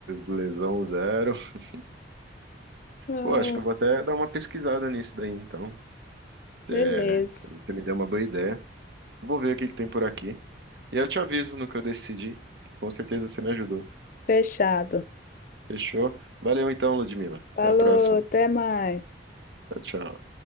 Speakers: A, on the right (about 65°); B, on the left (about 50°).
A: Lesão zero. <laughs>
B: Ah,
A: Pô, acho que eu vou até dar uma pesquisada nisso daí, então.
B: beleza,
A: É, você me deu uma boa ideia. Vou ver o que que tem por aqui. E eu te aviso no que eu decidi. que Com certeza você me ajudou.
B: fechado.
A: Fechou? Valeu então, Ludmila.
B: Falou,
A: Até a próxima.
B: até mais.
A: Tchau, tchau.